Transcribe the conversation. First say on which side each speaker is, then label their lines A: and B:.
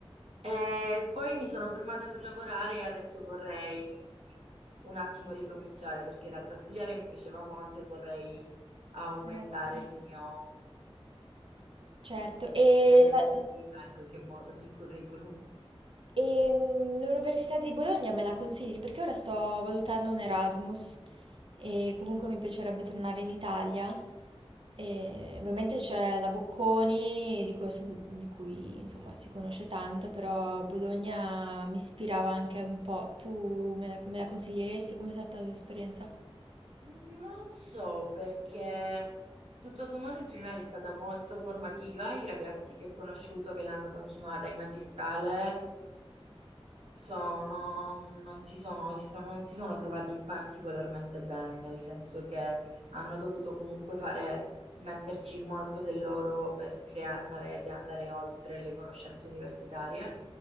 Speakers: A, on the right; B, on the right.
A: Eh, poi mi sono fermata per lavorare e adesso vorrei un attimo ricominciare perché in realtà studiare mi piaceva molto e vorrei aumentare
B: certo.
A: il mio,
B: Certo, e
A: la mia
B: la-
A: giocabilità in qualche modo sul curriculum.
B: E mm, l'Università di Bologna me la consigli? Perché ora sto valutando un Erasmus e comunque mi piacerebbe tornare in Italia. E ovviamente c'è la Bocconi di cui, ho sen- di cui, insomma si conosce tanto, però Bologna mi ispirava anche un po'. Tu me la, me la consiglieresti? Com'è stata la tua esperienza?
A: Non so perché tutto sommato il triennale è stata molto formativa, i ragazzi che ho conosciuto che l'hanno continuata in magistrale. Sono, non si sono, si sono- non si sono trovati particolarmente bene, nel senso che hanno dovuto comunque fare, metterci molto del loro per creare una rete, andare oltre le conoscenze universitarie,